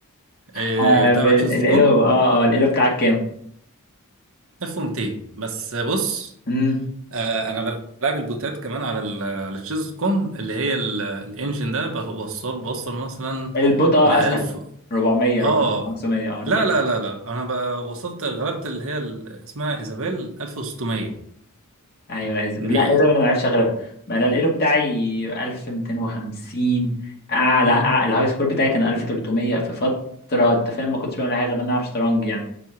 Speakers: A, on the right; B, on the left.
A: آه،
B: آه،
A: بتابع
B: بال-
A: تشيز
B: الإلو
A: دوت كوم
B: اه اه الإلو بتاعك
A: 1200 بس بص
B: كام؟
A: آه انا بلعب البوتات كمان على ال على الشيز كوم اللي هي ال- الانجن ده بخ- بوصل بوصل مثلا
B: البوت اه
A: ل 1000
B: اسهل 400 400
A: اه
B: 500 اه انا
A: لا
B: فاكر
A: لا لا لا انا بقى وصلت غلبت اللي هي ال- اسمها ايزابيل 1600
B: ايوه ايزابل
A: دي
B: لا ايزابل انا ما عرفتش اغلبها بقى انا الالو بتاعي 1250 اعلى
A: مم.
B: أعلى- أع- الهاي سكور بتاعي كان 1300 في فتره انت فاهم ما كنتش بعمل حاجه غير ان انا العب شطرنج يعني